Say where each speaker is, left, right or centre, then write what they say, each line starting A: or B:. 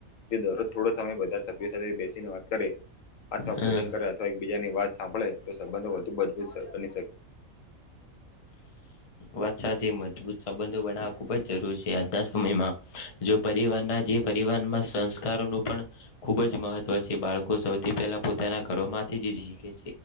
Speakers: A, on the left; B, on the left.
A: જો દરરોજ થોડો સમય બધા સભ્યો સાથે બેસીને વાત કરે. અથવા
B: હમ
A: ભોજન કરે અથવા એકબીજાની વાત સાંભળે તો સંબંધો વધુ મજબૂત બની શકે.
B: વાસાથી મજબૂત સંબંધો બનાવવા ખુબ જ જરૂરી છે આજના સમયમાં જો. પરિવારના જે પરિવારમાં સંસ્કારોનું પણ ખૂબ જ મહત્વ છે બાળકો સૌથી પહેલા પોતા. ઘરોમાંથી જે જી છે